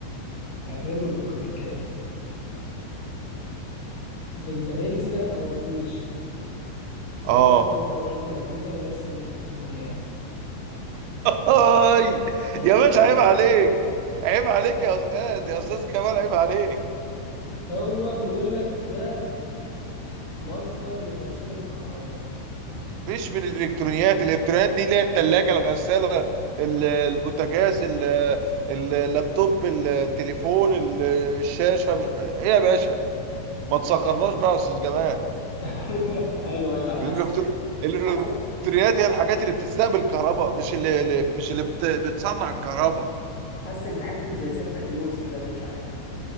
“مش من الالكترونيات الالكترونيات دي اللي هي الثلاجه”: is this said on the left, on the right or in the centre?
Right